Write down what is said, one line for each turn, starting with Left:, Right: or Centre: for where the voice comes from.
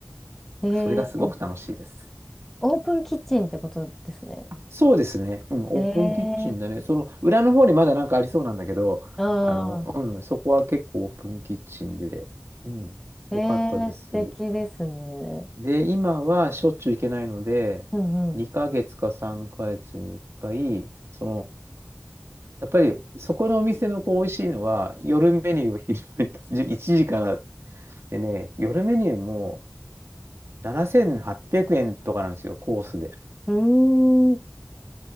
Centre: ん。えー、
Right: それがすごく楽しいです。
Centre: オープンキッチンってことですね。
Right: そうですね。うん、オープンキッチンだね。
Centre: ええ
Right: その裏の方にまだなんかありそうなんだけど、
Centre: ああ、
Right: あの、うん、そこは結構オープンキッチンで、うん、
Centre: ええ素敵ですね。
Right: よかったです。で、今はしょっちゅう行けないので、
Centre: うんう
Right: 2ヶ月か3ヶ月に1回、その、やっぱりそこのお店のこう美味しいのは、夜メニューを昼間にじゅ1時からでね、夜メニューも7800円とかなんですよ、コースで。
Centre: ん。うーん、